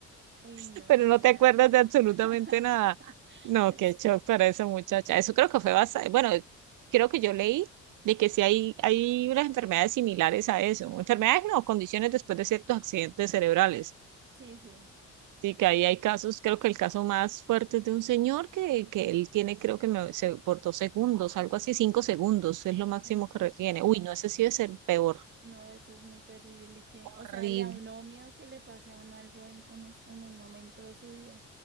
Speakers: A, on the right (about 40°); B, on the right (about 85°).
A: uy,
B: <laughs>
A: no,
B: pero
A: imagínate.
B: no te acuerdas de absolutamente
A: <laughs>
B: nada. No, qué
A: Sí,
B: shock para esa muchacha. Eso creo que fue bastante, bueno, creo que yo leí de que sí hay, hay unas enfermedades similares a eso. Enfermedades no, condiciones después de ciertos accidentes cerebrales.
A: sí, sí.
B: Sí, que ahí hay casos, creo que el caso más fuerte es de un señor que, que él tiene, creo que me- se- por dos segundos, algo así, cinco segundos, es lo máximo
A: Ay,
B: que retiene.
A: no,
B: Uy, no, ese sí debe ser peor.
A: no, eso es muy terrible que,
B: horrible.
A: o sea, le a uno miedo que le pase a uno algo en, en, es- en un momento de su vida.